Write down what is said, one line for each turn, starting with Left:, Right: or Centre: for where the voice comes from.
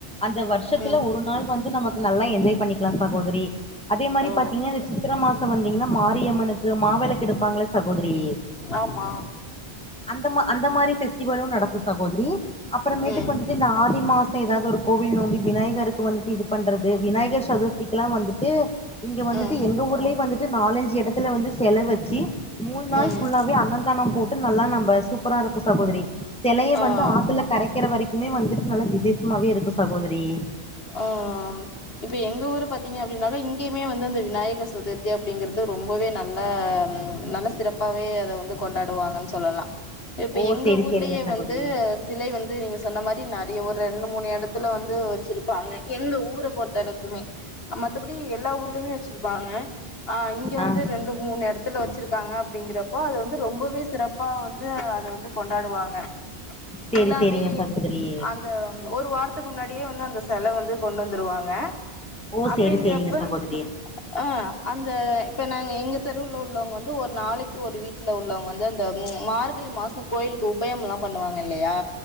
Centre: அந்த வருஷத்துல
Left: ம்
Centre: ஒரு நாள் வந்து நமக்கு நல்லா என்ஜாய் பண்ணிக்கலாம் சகோதரி அதே மாதிரி
Left: ஓ
Centre: பாத்தீங்க இந்த சித்திரமாசோ வந்தீங்கன்னா மார் மாரி அம்மனுக்கு மாவிளக்கு எடுப்பாங்கள சகோதரி
Left: ஆமா
Centre: அந்த மா அந்த மாதிரி பெஸ்டிவலும் நடக்கும் சகோதரி அப்புறமேட்டுக்கு
Left: ம்
Centre: வந்துட்டு இந்த ஆடி மாசம் எதாவது ஒரு கோவில் நோம்பி விநாயகருக்கு வந்துட்டு இது பண்றது விநாயகர் சதுர்த்திக்கு எல்லாம் வந்துட்டு இங்க வந்துட்டு
Left: ம்
Centre: எங்க ஊர்லயும் வந்துட்டு நாலஞ்சு இடத்துல வந்து செல வச்சு மூல் நாள்
Left: ம்
Centre: ஃபுல்லாவே அந்ந லம் போட்டு நல்லா நம்ப சூப்பரா இருக்கும் சகோதரி சிலையை
Left: ஆ
Centre: வந்து ஆத்துல கரைக் இருக்கிற வரைக்குமே வந்துட்டு நல்லா விசேஷமாவே இருக்கும் சகோதரி
Left: ஆஹ இப்ப எங்க ஊரு பாத்தீங்க அப்படின்னக்க இங்கேயுமே வந்து இந்த விநாயகர் சதுர்த்தி அப்படிங்கறிறது ரொம்பவே நல்ல நல்ல சிறப்பாவே அதை வந்து கொண்டாடுவாங்கன்னு சொல்லலாம் இப்ப
Centre: ஓ
Left: எங்க
Centre: சேரி
Left: ஊர்லயே
Centre: சேரிங்க சகோதரி
Left: வந்து சிலை வந்து நீங்க சொன்ன மாரி ந ங்க ஒரு ரெண்டு மூணு இடத்துல வந்து வச்சிருப் ப்பாங்க எங்க ஊரை பொறுத்தளவுக்குமே மத்தபடி எல்லா ஊர்லயுமே வச்சிருப்பாங்க ஆஹ் இங்க
Centre: ஆ
Left: வந்து ரெண்டு மூணு இடத்துல வச்சிருக்காங்க அப்படிங்கறப்போ அது வந்து ரொம்பவே சிறப்பா வந்து வந்து கொண்டாடுவாங்க புல்லாவே
Centre: சேரி சேரிங்க சகோதரி
Left: அந்த ஒரு வாரத்துக்கு முன்னாடியே வந்து அந்த சோ செலவு வந்து கொண்டு வந்ருவாங்க
Centre: ஓ
Left: அப்டிங்கிறப்ப
Centre: சேரி சேரிங்க சகோதரி
Left: ஆஹ் அந்த இப்ப நாங்க எங்க தெருவுல உள்ளவங்க வந்து ஒரு நாளைக்கு ஒரு வீட்ல உள்ளவங்க வந்து அந்த மார்கழி மாசம் கோயிலுக்கு உபயம்லாம் பண்ணுவாங்க இல்லையா